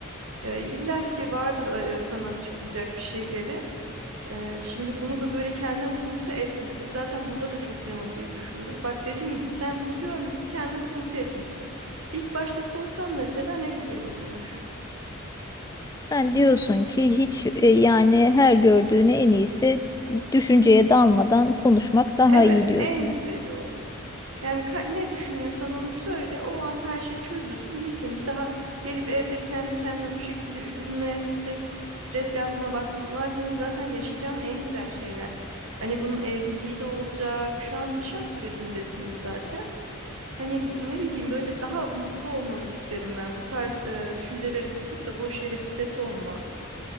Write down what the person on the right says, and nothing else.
E, İlla ki vardır e, sana açıklayacak bir şeyleri. Ee, şimdi bunu da böyle kendine kuruntu etme. Biz zaten burada da çok yanılgıya düşüyoruz. Bak dediğim gibi sen bunu görmüşsün, kendine kuruntu etmişsin. İlk başta sorsan mesela ne güzel olurmuş.
Evet,
en güzeli o. Yani ka- ne düşünüyorsan onu söyle. O an her şey çözülsün, bitsin. Bir daha gelip evde kendi kendine bu şekilde üzülme, stres stres yapma. Bak bunlar senin zaten yaşayacağın en güzel şeyler. Hani bunun evliliği de olacak. Şu an nişan sürecindesiniz zaten. Hani ne bileyim böyle daha mutlu olmanı isterim ben. Bu tarz e, düşüncelere kapılıp da boş yere stres olma.